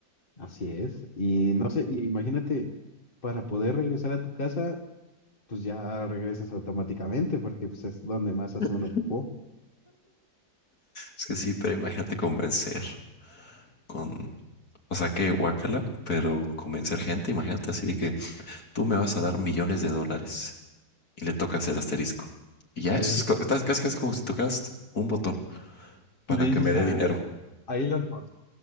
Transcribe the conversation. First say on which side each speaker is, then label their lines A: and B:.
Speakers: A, on the left (about 35°); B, on the left (about 70°).
A: así es. Y no sé, y imagínate, para poder regresar a tu casa, pues ya regresas automáticamente, porque pues, es donde más hace
B: <laughs>
A: uno popó.
B: Es que sí, pero imagínate convencer con, o sea, que guácala, pero convencer gente, imagínate así de que tú me vas a dar millones de dólares y le tocas el asterisco. Y ya
A: Le,
B: es, co- estás casi, casi como si tocas un botón
A: <laughs>
B: para
A: le dices
B: que me dé
A: a,
B: dinero.
A: a Elon Musk,